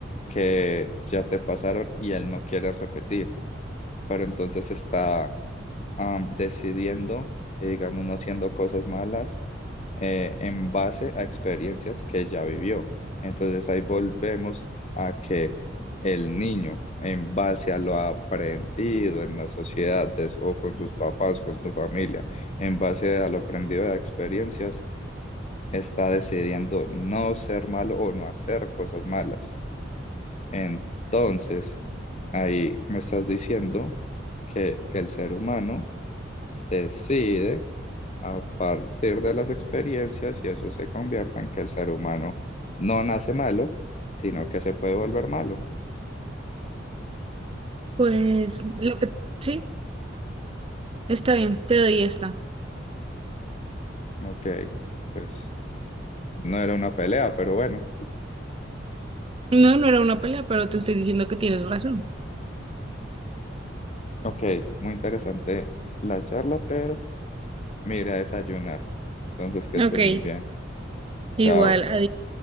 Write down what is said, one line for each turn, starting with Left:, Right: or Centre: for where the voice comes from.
Left: que ya te pasaron y él no quiere repetir. Pero entonces está am, decidiendo y digamos no haciendo cosas malas eh, en base a experiencias que ya vivió. Entonces ahí volvemos a que el niño, en base a lo aprendido en la sociedad de- o con sus papás, con su familia, en base a lo aprendido de experiencias, está decidiendo no ser malo o no hacer cosas malas. Entonces, ahí me estás diciendo que el ser humano decide a partir de las experiencias y eso se convierta en que el ser humano no nace malo, sino que se puede volver malo.
Right: Pues lo que sí, está bien, te doy esta.
Left: Ok, pues no era una pelea, pero bueno.
Right: No, no era una pelea, pero te estoy diciendo que tienes razón.
Left: Ok, muy interesante la charla, pero me iré a desayunar. Entonces, que estés
Right: Ok,
Left: muy bien. Chao.
Right: igual, adiós.